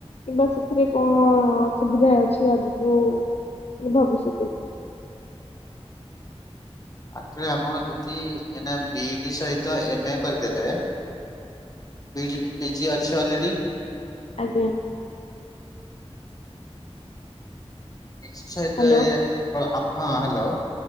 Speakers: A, on the left; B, on the left.
A: କିମ୍ବା ସେଥିରେ କଣ ସୁୁବିଧା ଅଛି ଆଗକୁ ମୁଁ ଭାବୁଛି ସେତବେଳୁ‌।
B: ଆକ୍ଚୁଲିରେ ଆପଣ ଯଦି ଏବେ ବି ଡି ସହିତ ଏମ୍ କରିଦେବେ ବି ଡି ପି ଜି ଅଛି ଅଲରେଡି?
A: ଆଜ୍ଞା।
B: ନିଶ୍ଚୟ ସେଥିପାଇଁ
A: ହ୍ୟାଲୋ
B: ଆପଣ ହଁ ହ୍ୟାଲୋ।